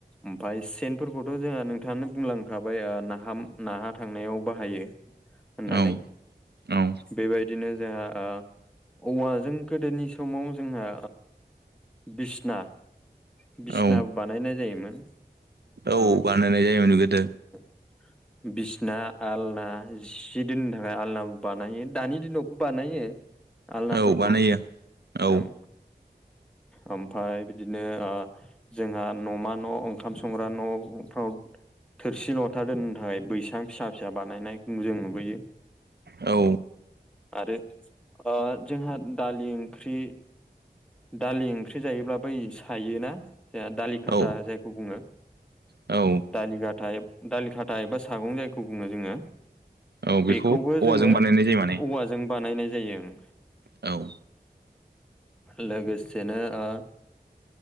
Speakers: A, in the centre; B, on the right (about 80°).
A: ओमफ्राय सेनफोरखौथ' जोंहा नोंथाङानो बुंलांखाबाय नाहा नाहा थांनायाव बाहायो होननानै
B: औ औ
A: बेबायदिनो जोंहा औवाजों गोदोनि समाव जोंहा बिसना बिसनाबो
B: औ
A: बानायनाय जायोमोन
B: औ
A: ओ
B: बानायनाय जायोमोन गोदो
A: <inaudible> बिसना आलना जि दोननो थाखाय आलना बानायो दानि दिनावबो बानायो आलनाफोरखौ
B: औ बानायो औ
A: ओं ओमफफ्राय बिदिनो जोंहा न'मा न' ओंखार ओंखाम संग्रा न'फ्राव थोरसि लथा दोननो थाखाय बैसां फिसा फिसा बानायनाय जों नुबोयो
B: औ।
A: आरो जोंहा दालि ओंख्रि दालि ओंख्रि जायोब्ला बै सायोना जोंहा दालि खाथा
B: औ
A: जायखौ बुङो
B: औ।
A: दालि- दालि खााथथाय बा सागं जायखौ बुङो जोङो
B: औ बेखौ
A: बेखौबो
B: औवाजों
A: जोङो
B: बानायनाय जायो माने
A: औवाजों बानायनाय जायो ओं
B: औ।
A: लगेजसे नो ओ